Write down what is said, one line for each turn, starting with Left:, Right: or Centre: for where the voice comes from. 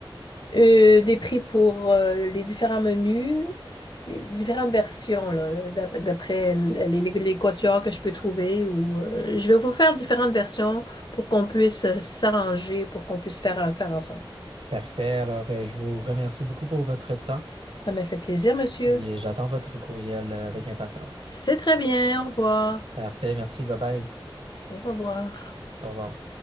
Left: euh, des prix pour euh, les différents menus, les différentes versions, là, d'ap- d'après les, les, les quatuors que je peux trouver. Ou, euh, je vais vous faire différentes versions pour qu'on puisse s'arranger, pour qu'on puisse faire, faire ensemble.
Right: Parfait. Alors, euh, je vous remercie beaucoup pour votre temps
Left: Ça m'a fait plaisir, monsieur.
Right: et euh, j'attends votre courriel euh, avec impatience.
Left: C'est très bien. Au revoir.
Right: Parfait. Merci. Bye bye.
Left: Au revoir.
Right: Au revoir.